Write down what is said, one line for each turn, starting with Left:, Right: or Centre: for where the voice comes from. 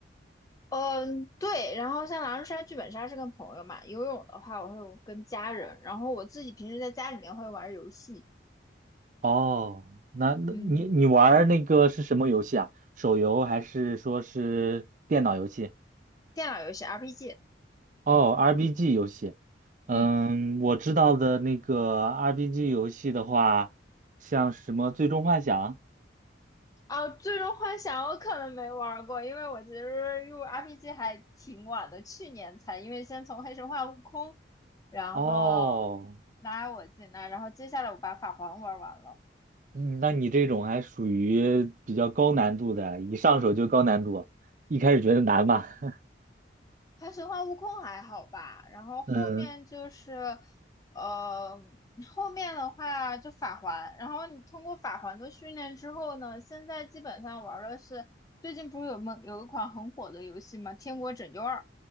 Left: 嗯，对。然后像狼人杀、剧本杀是跟朋友嘛，游泳的话我会跟家人，然后我自己平时在家里面会玩游戏，
Right: 哦，那那你你玩儿那个是什么游戏啊？
Left: 嗯，
Right: 手游还是说是电脑游戏？
Left: 电脑游戏 RPG，
Right: 哦，RPG 游戏。嗯，
Left: 嗯。
Right: 我知道的那个 RPG 游戏的话，像什么《最终幻想》。
Left: 啊，最终幻想我可能没玩过，因为我其实入 RPG 还挺晚的，去年才，因为先从黑神话悟空，然后
Right: 哦，
Left: 拉我进来，然后接下来我把法环玩完了。
Right: 嗯，那你这种还属于比较高难度的，一上手就高难度，一开始觉得难吧？<laughs>
Left: 还神话悟空还好吧，然后后面就是，
Right: 嗯，
Left: 呃，后面的话就法环，然后你通过法环的训练之后呢，现在基本上玩的是最近不是有梦有一款很火的游戏吗？《天国拯救二》，